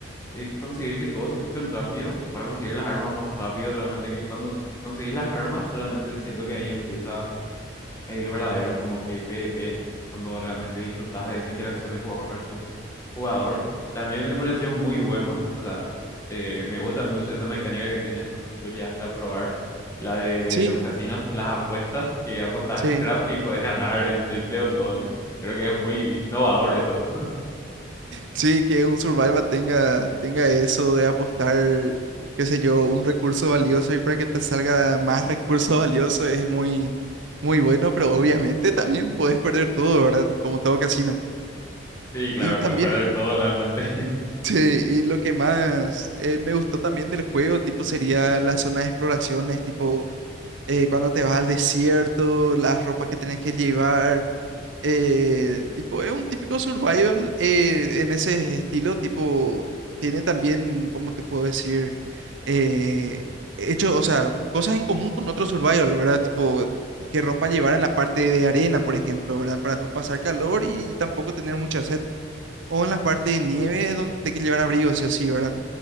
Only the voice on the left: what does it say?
eh, conseguir que todos se equipen rápido, para conseguir las armas más rápido, realmente que cuando conseguís las armas, realmente siento que ahí empieza el verdadero como que PvP, cuando realmente disfrutas de esa interacción de jugador versus jugador. También me pareció muy bueno, o sea, eh, me gusta mucho esa mecánica que tienes, no sé si vos llegaste a probar la de
los casinos, las apuestas, que apostas
scrap y puedes ganar el triple o el doble. Creo que es muy innovador eso.
Sí, claro,
puedes perder todo realmente.